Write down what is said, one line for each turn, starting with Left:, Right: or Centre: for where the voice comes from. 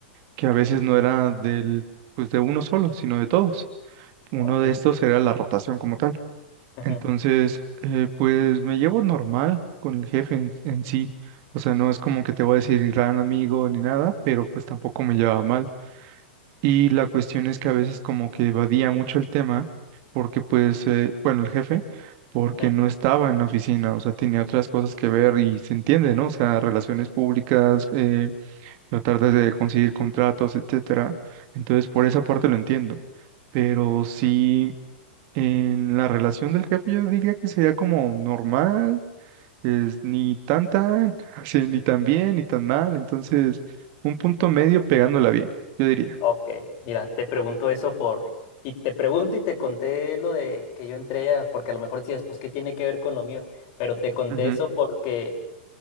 Right: que a veces no era del, pues de uno solo, sino de todos. Uno
Left: ok.
Right: de estos era la rotación como tal
Left: ujú,
Right: entonces, eh, pues me llevo normal con el jefe en, en sí. O sea, no es como que te voy a decir gran amigo ni nada, pero pues tampoco me llevaba mal. Y la cuestión es que a veces como que evadía mucho el tema, porque pues, eh, bueno, el jefe, porque
Left: ujú,
Right: no estaba en la oficina, o sea, tenía otras cosas que ver y se entiende, ¿no? O sea, relaciones públicas, eh, tratar de conseguir contratos, etcétera. Entonces, por esa parte lo entiendo. Pero sí. En la relación del jefe yo diría que sería como normal, es ni tan tan, <laughs> así, ni tan bien, ni tan mal, entonces un punto medio pegándola bien, yo diría.
Left: Ok. Mira, te pregunto eso por... Y te pregunto y te conté lo de que yo entré, a- porque a lo mejor decías, pues, ¿qué tiene que ver con lo mío? Pero te conté
Right: Ujú.
Left: eso porque